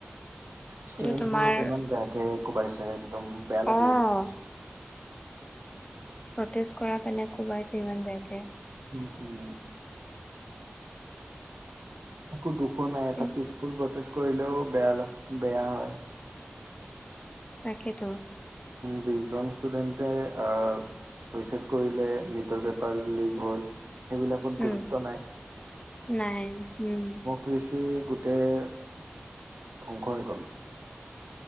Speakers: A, on the right; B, on the left.
A: স্তোডেনবোৰক‌
B: কিন্তু তোমাৰ
A: ইমান বেয়াকে কুবাইছে একদম বেয়া লাগি
B: অ'
A: আছে ম
B: প্ৰটেষ্ট কৰা কাৰণে কোবাইছে ইমান বেয়াকে
A: উম হুম একো দুখো নাই এটা
B: উম,
A: পিচফুল বতেজ কৰিলেও বেয়া বেয়া হয়
B: তাকেইতো
A: বিশজন ষ্টুডেন্টে অ ছুইচাইড কৰিলে নীটৰ পেপাৰ লিক হ'ল সেইবিলাকত
B: উম,
A: গুৰুত্ব নাই
B: নাই উম,
A: কৰিচু গোটেই ধ্বংস হৈ গ'ল